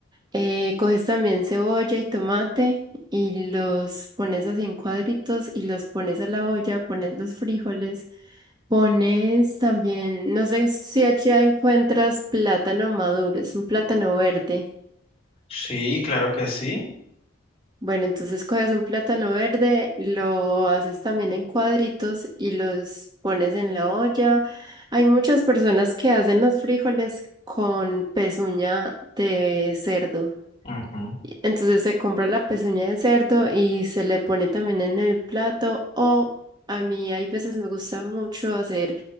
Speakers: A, on the right; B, on the left.
A: eh, coges también cebolla y tomate y los pones así en cuadritos y los pones a la olla, pones los frijoles, pones también, no sé si allá encuentras plátano maduro, es un plátano verde.
B: Sí, claro que sí.
A: Bueno, entonces coges un plátano verde, lo haces también en cuadritos y los pones en la olla. Hay muchas personas que hacen los frijoles con pezuña de cerdo.
B: Ujú.
A: Entonces se compra la pezuña de cerdo y se le pone también en el plato. O a mí hay veces me gusta mucho hacer